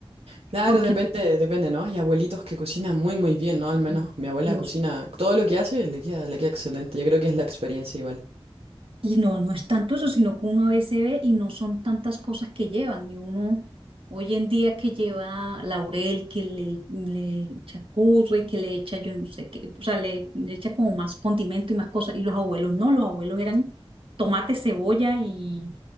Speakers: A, on the right (about 80°); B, on the right (about 65°).
A: Claro,
B: porque
A: depende, depende, ¿no? Hay abuelitos que cocinan muy, muy bien, ¿no? Al menos
B: mm,
A: mi abuela
B: Dios.
A: cocina todo lo que hace, le queda, le queda excelente. Yo creo que es la experiencia igual.
B: Y no, no es tanto eso, sino que uno a veces ve y no son tantas cosas que llevan. Y uno hoy en día que lleva laurel, que le, le echa curry, que le echa yo no sé qué, o sea, le, le echa como más condimento y más cosas. Y los abuelos no, los abuelos eran tomate, cebolla y